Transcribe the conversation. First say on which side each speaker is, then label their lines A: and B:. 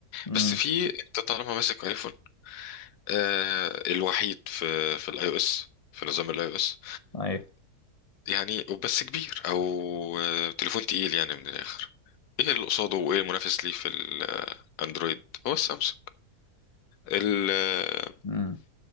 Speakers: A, on the left (about 35°); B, on the left (about 80°).
A: امم
B: بس في انت طالما ماسك ايفون آه، الوحيد في في الاي او اس في نظام الاي او اس
A: ايوه
B: يعني بس كبير او آه، تليفون تقيل يعني من الاخر ايه اللي قصاده وايه المنافس ليه في الاندرويد هو السامسونج ال- آه،
A: امم